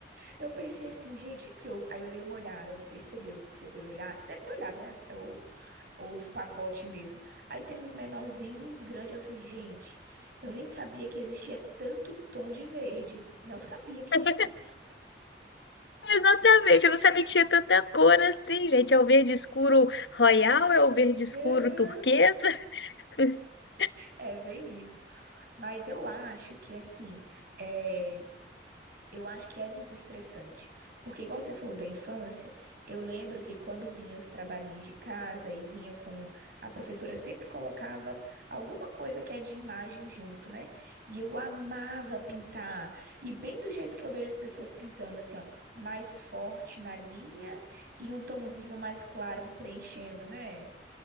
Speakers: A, on the right; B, on the left.
A: eu pensei assim, gente, porque eu, aí eu dei uma olhada, não sei se você deu, você foi olhar, você deve ter olhado, né? as- o- os pacotes mesmo. Aí tem uns menorzinhos, uns grandes. Eu falei, gente, eu nem sabia que existia tanto tom de verde. Não sabia que
B: <laughs>
A: tinha. <laughs>
B: Exatamente, eu não sabia que tinha tanta cor assim, gente. É o verde escuro royal, é o verde escuro
A: Uhum.
B: turquesa. <laughs>
A: É bem isso. Mas eu acho que assim, é, eu acho que é desestressante. Porque igual você falou da infância, eu lembro que quando vinha os trabalhinhos de casa e vinha com a professora sempre colocava alguma coisa que é de imagem junto, né? E eu amava pintar. E bem do jeito que eu vejo as pessoas pintando, assim, ó, mais forte na linha e um tonzinho mais claro preenchendo, né?